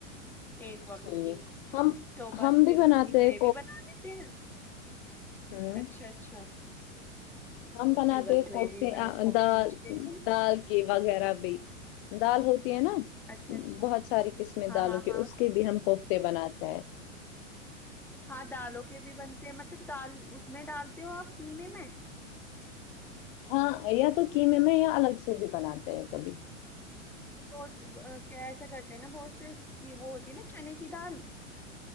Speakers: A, in the centre; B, on the left.
A: ایک وقت
B: ٹھیک
A: کی
B: ہم
A: تو بس
B: ہم
A: پھر
B: بھی بناتے
A: اس کی گریوی
B: ہیں
A: بنا دیتے ہیں
B: ہمم
A: اچھا اچھا
B: ہم بناتے
A: پھر بس گریوی
B: کوفتے
A: میں اس کو
B: دال
A: کھینچ لیتے ہیں
B: دال کی وغیرہ بھی دال ہوتی ہے نا
A: اچھا اچھا
B: بہت ساری قسمیں
A: ہاں
B: دالوں
A: ہاں
B: کی
A: ہاں
B: اس کے بھی ہم کوفتے بناتے ہیں
A: ہاں دالوں کے بھی بنتے ہیں مطلب دال اس میں ڈالتے ہو آپ کیمے میں
B: ہاں یا تو کیمے میں یا الگ سے بھی بناتے ہیں کبھی
A: بہت ایسا کرتے ہیں نا بہت سے کی وہ ہوتی ہے نا چنے کی دال